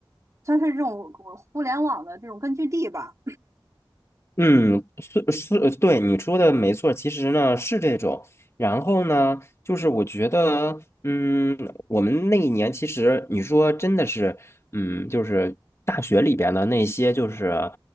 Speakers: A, on the right (about 35°); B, on the left (about 30°).
A: 算是这种互联网的这种根据地吧。
B: 嗯，是是，对你说的没错，其实呢是这种。然后呢，就是我觉得，嗯，我们那一年其实你说真的是，嗯，就是大学里边的那些，就是，